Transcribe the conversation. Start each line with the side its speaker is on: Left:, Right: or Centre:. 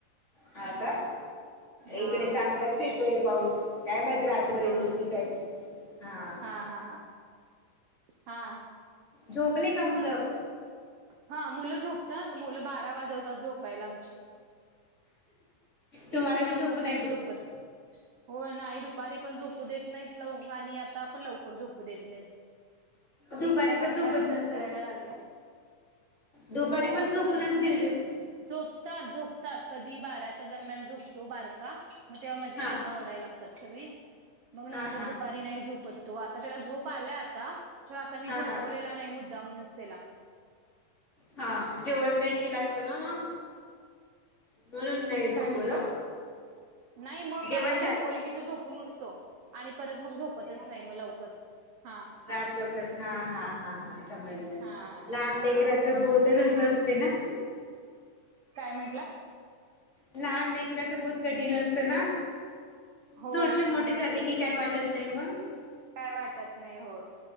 Left: हा का
Right: हा
Left: इकडे चांगलाच येतोय पाऊस. काय माहित रत मर
Right: हा
Left: येतो कठीकय हा.
Right: हा हा हा. हा.
Left: झोपले का मुलं.
Right: हा मुलं झोपतात मुलं बारा वाजवतात झोपायला आमची.
Left: तुम्हाला
Right: इतक्या
Left: बी
Right: लवकर
Left: झोपू नाही
Right: नाहीत
Left: देत
Right: झोपत. हो नाही दुपारी पण झोपू देत नाहीत लव आणि आता पण लवकर झोपू देत नाहीत.
Left: दुपारी
Right: एकटा
Left: पण
Right: लागला
Left: झोपत
Right: अभ्यास
Left: नसतील
Right: करायला लागले.
Left: दुपारी
Right: हो
Left: पण
Right: दुपारी
Left: झोपून असतील
Right: पण नाही
Left: ते
Right: झोपतात झोपतात कधी बाराच्या दरम्यान झोपतो बारका मग तेव्हा माझी
Left: हा
Right: काम आवरायला लागत चछ मी मग नंतर
Left: हा हा
Right: दुपारी नाही झोपतो आता त्याला झोप आला आता. च आता मी
Left: हा
Right: झोपवलेला
Left: हा
Right: नाही मुद्दा म्हणूनच त्याला.
Left: हा जेवण नाही केलं असत ना मग. म्हणून नाही झोपवलं.
Right: काय म्हंटलं नाही मग
Left: जेवण
Right: आता
Left: झालं
Right: झोपवली की तू झोपून उठतो. आणि परत मग झोपतच नाही मग लवकर. हा हा
Left: रात्र पर हा हा हा हा. समजलं
Right: हा हा
Left: लहान डेकराच बोतच
Right: हा
Left: अस असते ना.
Right: काय म्हंटलं.
Left: लहान लेकराचं बहुत कठीण असतं ना.
Right: हो
Left: थोडीशी मोठे झाले की, काही वाटत नाही मग.
Right: काय वाटत नाही हो